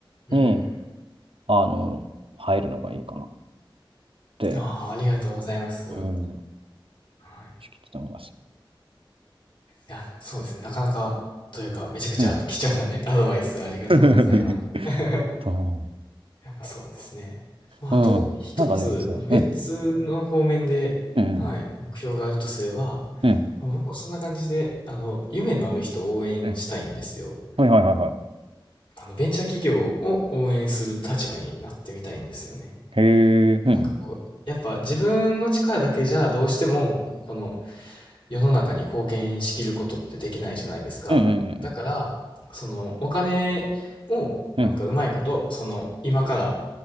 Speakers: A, on the left; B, on the right.
A: うん。
B: に、あのー入るのがいいかなって、
A: ああ、ありがとうございます。
B: うん、
A: はい。
B: ちょっと思います。
A: いや、そうですね、なかなかというか、めちゃくちゃ貴重なね、
B: うん。
A: <laughs> アドバイスありがとうございます。
B: <laughs>
A: <laughs>
B: そ
A: やっぱそうですね。まあ、
B: う。
A: あと一つ、
B: うん。なんかね、そう。
A: ま、別の方面で、
B: うん。うん。
A: はい、目標があるとすれば、
B: うん。
A: ま、僕もそんな感じで、あの、夢のある人を応援したいんですよ。
B: うん。はいはいはいはい。
A: あの、ベンチャー企業を応援する立場になってみたいんですよね。
B: へえ。うん。
A: なんかこう、やっぱ自分の力だけじゃどうしても、この世の中に貢献しきることってできないじゃないですか。
B: うん。
A: だから、そのお金を、
B: うん。
A: なんかうまいこと、
B: うん。うん。
A: その今から